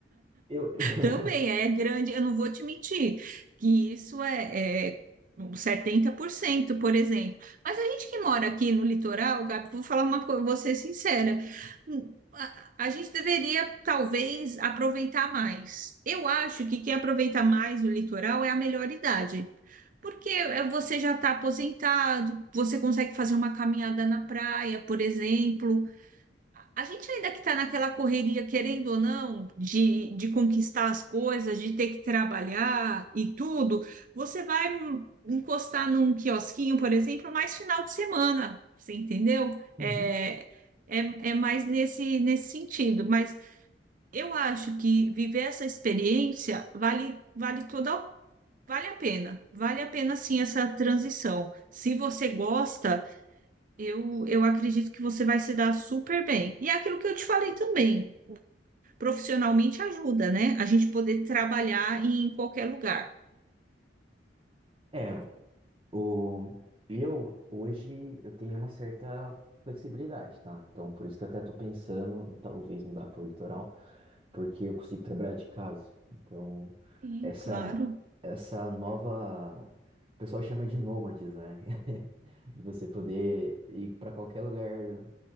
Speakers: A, on the right; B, on the right.
A: Eu, <laughs>
B: Também é grande, eu não vou te mentir, que isso é, é uns 70% por exemplo. Mas a gente que mora aqui no litoral, Gabi, vou falar uma coisa, vou ser sincera, hum, a, a gente deveria talvez aproveitar mais. Eu acho que quem aproveita mais o litoral é a melhor idade. Porque é, você já está aposentado, você consegue fazer uma caminhada na praia, por exemplo, a gente ainda que está naquela correria, querendo ou não, de, de conquistar as coisas, de ter que trabalhar e tudo, você vai hum, encostar num quiosquinho, por exemplo, mais final de semana, você entendeu?
A: Uhum.
B: É, é, é mais nesse, nesse sentido. Mas eu acho que viver essa experiência vale, vale toda, vale a pena. Vale a pena sim essa transição. Se você gosta. Eu, eu acredito que você vai se dar super bem. E é aquilo que eu te falei também, profissionalmente ajuda, né? A gente poder trabalhar em qualquer lugar.
A: É, o, eu hoje eu tenho uma certa flexibilidade, tá? Então por isso que eu até tô pensando em talvez mudar pro litoral, porque eu consigo trabalhar de casa. Então
B: Sim,
A: essa
B: claro,
A: essa nova o pessoal chama de nômades, né? <laughs> De você poder ir para qualquer lugar